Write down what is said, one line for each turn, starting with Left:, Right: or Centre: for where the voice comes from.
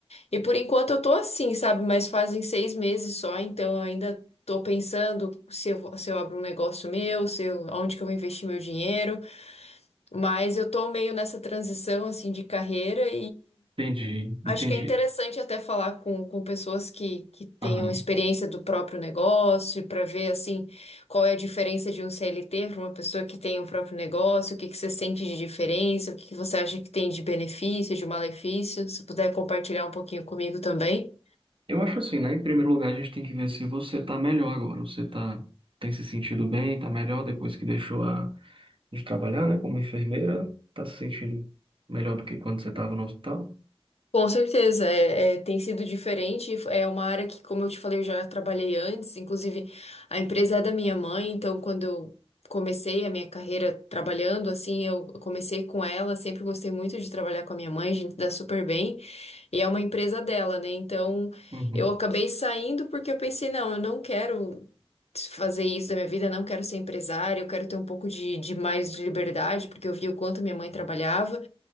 Left: E por enquanto eu tô assim, sabe? Mas fazem seis meses só, então eu ainda tô pensando se eu, vou- se eu abro um negócio meu, se eu, onde que eu vou investir meu dinheiro. Mas eu tô meio nessa transição assim de carreira
Right: Entendi,
Left: Acho
Right: entendi.
Left: que é interessante até falar com, com pessoas que, que tenham
Right: Aham.
Left: experiência do próprio negócio para ver assim qual é a diferença de um CLT para uma pessoa que tem o próprio negócio, o que que você sente de diferença, o que que você acha que tem de benefício, de malefício. Se puder compartilhar um pouquinho comigo também.
Right: Eu acho assim, né? Em primeiro lugar, a gente tem que ver se você está melhor agora. Você tá, tem se sentido bem, está melhor depois que deixou a, de trabalhar, né? Como enfermeira, está se sentindo melhor do que quando você estava no hospital?
Left: Com certeza, é, é, tem sido diferente. É uma área que, como eu te falei, eu já trabalhei antes. Inclusive, a empresa é da minha mãe, então quando eu comecei a minha carreira trabalhando, assim, eu comecei com ela. Sempre gostei muito de trabalhar com a minha mãe, a gente dá super bem. E é uma empresa dela, né? Então,
Right: Uhum.
Left: eu acabei saindo porque eu pensei, não, eu não quero fazer isso da minha vida, não quero ser empresária, eu quero ter um pouco de, de mais de liberdade, porque eu vi o quanto minha mãe trabalhava.